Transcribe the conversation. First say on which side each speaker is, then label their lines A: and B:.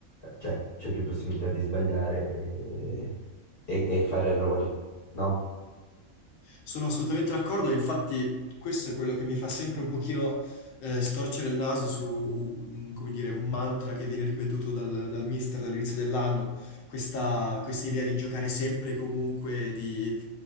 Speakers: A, on the left; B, on the left.
A: cioè c'è più possibilità di sbagliare e, e- e fare errori, no?
B: Sono assolutamente d'accordo, e infatti questo è quello che mi fa sempre un pochino eh, storcere il naso su, mm, come dire, un mantra che viene ripetuto dal, dal mister dall'inizio dell'anno, questa, questa idea di giocare sempre e comunque, di,